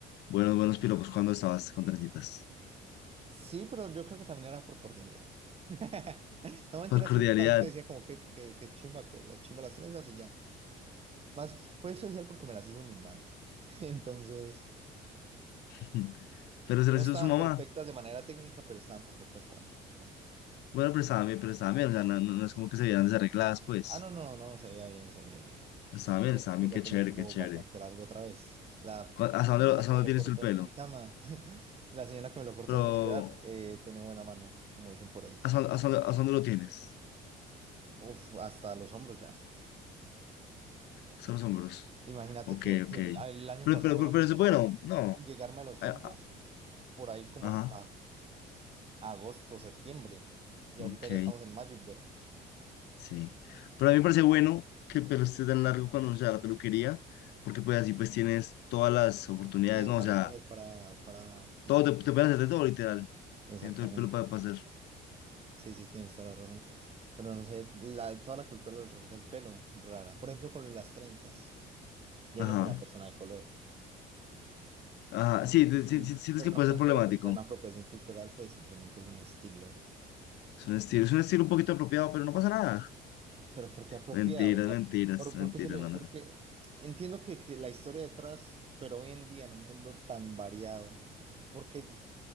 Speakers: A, on the left; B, on the right.
A: buenos, buenos piropos cuando estabas con trencitas.
B: Sí, pero yo creo que también era por cordialidad. <laughs> No mentira,
A: Por cordialidad.
B: sí, la gente decía como que, que, que, que chimba, que las chimba las trenzas y ya. Más fue social porque me las hizo mis manos. <laughs> Entonces,
A: <laughs> Pero se
B: no
A: lo hizo
B: estaban
A: su mamá.
B: perfectas de manera técnica, pero estaban perfectas para mí también.
A: Bueno, pero estaba bien, pero estaba bien, o sea, no, no- no es como que se vieran desarregladas, pues.
B: Ah, no, no, no, se veía bien, se veía bien.
A: Estaba bien,
B: que,
A: estaba
B: es que
A: bien,
B: ya
A: qué
B: tengo
A: chévere,
B: el pelo
A: qué chévere.
B: bastante largo otra vez. La
A: Cu- ¿Hasta
B: señora
A: dónde, lo- hasta
B: que
A: dónde
B: me lo
A: tienes
B: cortó
A: tú el pelo?
B: en Duitama, <laughs> la señora que me lo cortó
A: Pero,
B: en mi ciudad, eh, tenía buena mano, como dicen por ahí.
A: ¿hasta, dónde- hasta, dónde- hasta dónde lo tienes?
B: Uf, hasta los hombros ya.
A: Hasta los hombros.
B: Imagínate
A: Ok,
B: que, que
A: ok.
B: el, el año
A: Pero,
B: pasado
A: pero, pero,
B: me
A: pero
B: tardó
A: es bueno, no.
B: en llegarme a los
A: a-
B: hombros
A: a-
B: por ahí como
A: Ajá,
B: hasta agosto, septiembre. Y
A: ok,
B: ahorita ya estamos en mayo y ve.
A: sí. Pero a mí me parece bueno que el pelo esté tan largo cuando uno se da la peluquería, porque pues así pues tienes todas las oportunidades,
B: Tienes
A: ¿no?
B: más
A: O sea,
B: cosas para, para... eh,
A: todo te, te pueden hacer de todo, literal.
B: exactamente.
A: Tienes todo el pelo para pasar.
B: Sí, sí, tienes toda la razón. Pero no sé, la- toda la cultura alrededor del pelo, rara. Por ejemplo, con las trenzas. Yo
A: Ajá.
B: no soy una persona de color,
A: Ajá,
B: y-
A: sí, te- sí, sí, sientes
B: pero
A: que
B: no
A: puede
B: considero
A: ser problemático.
B: que sea una apropiación cultural, pues simplemente es un estilo.
A: Es un estilo, es un estilo un poquito apropiado, pero no pasa nada.
B: <laughs> Pero ¿por qué apropiado?
A: Mentiras,
B: O sea,
A: mentiras,
B: ¿por, por
A: mentiras,
B: qué se le,
A: no,
B: porque
A: no.
B: entiendo que, que la historia detrás, pero hoy en día en un mundo tan variado, ¿por qué